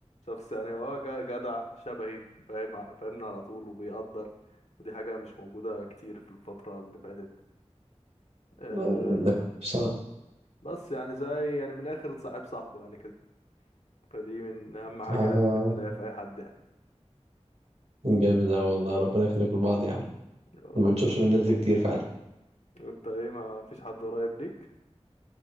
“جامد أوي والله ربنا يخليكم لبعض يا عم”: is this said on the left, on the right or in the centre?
Right